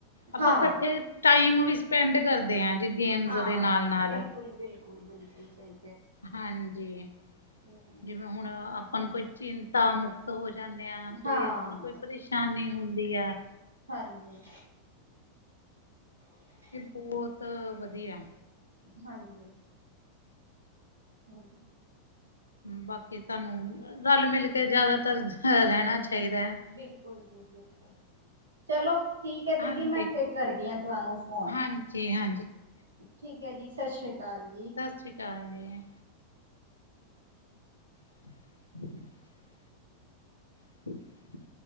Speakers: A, on the left (about 75°); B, on the right (about 80°).
A: ਆਪਾਂ
B: ਹਾਂ
A: ਕੱਠੇ ਟਾਈਮ ਵੀ ਸਪੈਂਡ ਕਰਦੇ ਆ ਜੀ ਗੇਮਜ਼
B: ਹਾਂ
A: ਦੇ ਨਾਲ-ਨਾਲ
B: ਬਿਲਕੁਲ ਬਿਲਕੁਲ ਸਈ।
A: ਹਾਂਜੀ,
B: ਹਮ
A: ਜਿਵੇਂ ਹੁਣ ਆਪਾਂ ਨੂੰ ਕੋਈ ਚਿੰ ਤਾ ਮੁਕਤ ਹੋ ਜਾਂਦੇ ਆ ਕੋਈ
B: ਹਾਂ
A: ਆਪਾਂ ਨੂੰ ਕੋਈ ਪਰੇਸ਼ਾਨੀ ਹੁੰਦੀ ਆ।
B: ਹਾਂਜੀ।
A: ਕਿ ਬੋਤ ਵਧੀਆ।
B: ਹਾਂਜੀ, ਹਾਂ।
A: ਬਾਕੀ ਸਾਨੂੰ ਰਾਲ-ਮੇਲ ਕੇ ਜ਼ਿਆਦਾਤਰ ਰੈਂਨਾ ਚਾਈਦਾ ਏ।
B: ਬਿਲਕੁਲ ਜੀ ਬਿਲਕੁਲ। ਚਲੋ ਠੀਕ ਐ ਦੀਦੀ
A: ਹਾਂਜੀ,
B: ਮੈਂ ਫੇਰ ਕਰਦੀ ਆ ਤੁਆਨੂੰ ਫੋਨ।
A: ਹਾਂਜੀ ਹਾਂ
B: ਠੀਕ ਐ ਜੀ ਸਾਸ ਸ੍ਰੀ ਕਾਲ ਜੀ।
A: ਸਾਸ ਸ਼੍ਰੀ ਕਾਲ ਜੀ। <unintelligible> <unintelligible>